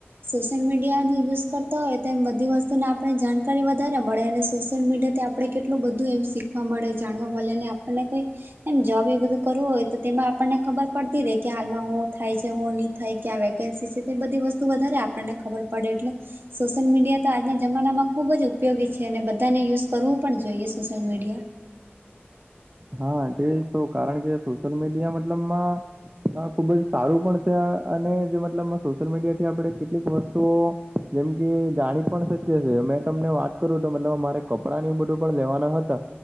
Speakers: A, on the right; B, on the right.
A: સોશિયલ મીડિયાનો યુઝ કરતા હોય તો એમ બધી વસ્તુનો આપ જાણકારી વધારે મળે અને સોશિયલ મીડિયા થી આપણે કેટલું બધું એમ શીખવા મળે જાણવા. મળે ને આપને કોઈ એમ જોબ એ બધું કરવું હોય તો તેમાં આપણને ખબર પડતી રહે કે હાલમાં હું થાય છે ની થાય ક્યા વેકેન્સી છે તે બધી વસ્તુ વધારે આપણને ખબર પડે એટલે સોશિયલ મીડિયા તો આજના જમાનામાં ખુબ જ ઉપયોગી છે અને બધાને યુઝ કરવું પણ જોઈએ સોશિયલ મીડિયા.
B: હા તેજ તો કારણ કે સોશિયલ મીડિયા મતલબમાં હા ખુબ જ સારું પણ છે અને જે મતલબ સોશિયલ મીડિયા થી આપણે કેટલીક વસ્તુઓ જેમ કે જાણી પણ શક્ય છે મેં તમને વાત કરું તો મતલબ મારે કપડાં ને એવું બધું પણ લેવાના હતા.